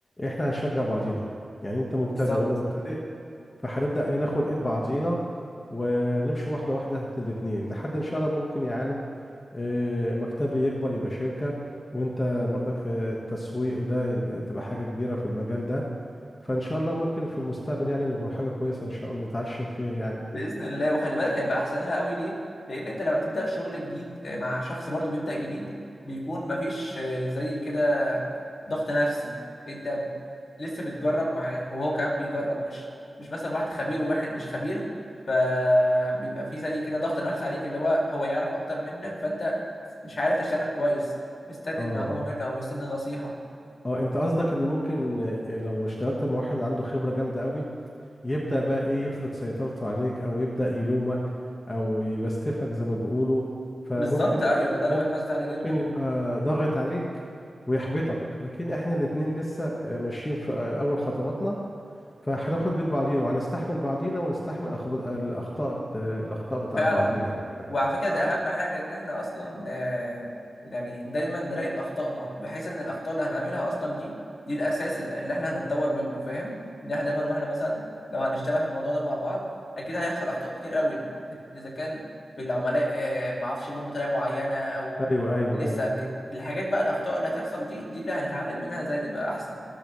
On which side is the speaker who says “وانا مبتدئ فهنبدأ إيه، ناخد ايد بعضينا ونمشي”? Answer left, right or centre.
Left